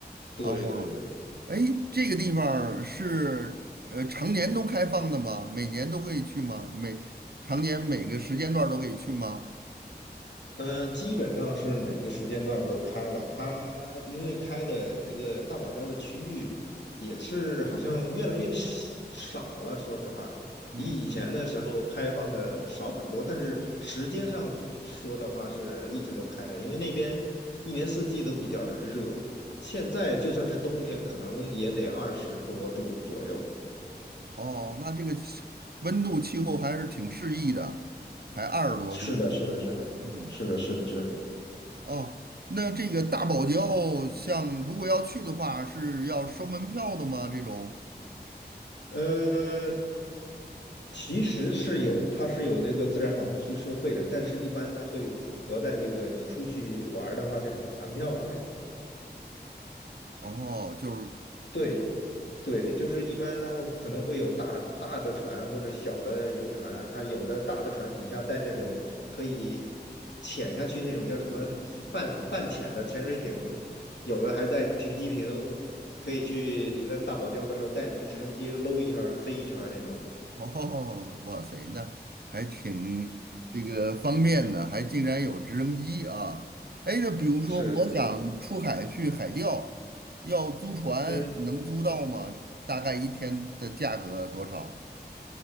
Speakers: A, on the left (about 85°); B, on the right (about 65°).
A: 对对对，
B: 哦，哎，这个地方儿是呃常年都开放的吗？每年都可以去吗？每常年每个时间段儿都可以去吗？
A: 嗯、基本上是每个时间段都开的。它因为开的那个大堡礁的区域也是好像越来越少了，说实话，
B: 嗯，
A: 比以前的时候开放的少很多。但是时间上说的话，是一直都开的，因为那边一年四季都比较热。现在就算是冬天，可能也得二十多度左右。
B: 哦，那这个气温度气候还是挺适宜的，才二十多度。
A: 是的，是的，是的，
B: 嗯，
A: 是的，是的，是的。
B: 哦，那这个大堡礁，像如果要去的话，是要收门票的吗？这种？
A: 呃，其实是有，它是有这个自然保护区收费的，但是一般它会合在这个你出去玩儿的话，这种船票里面。
B: 哦，就是，
A: 对对，就是一般它可能会有大大的船或者小的游船，它有的大的船底下带那种可以潜下去那种叫什么不是半半潜的潜水艇，有的还带停机坪，可以去你在大堡礁的时候带你去直升机搂一圈儿飞一圈儿那种。
B: 哦，哇塞，那还挺这个方便的，还竟然有直升机啊！哎，那比如说我想出海去海钓，
A: 是是是，
B: 要租船，
A: 嗯，
B: 能租到吗？大概一天的价格多少？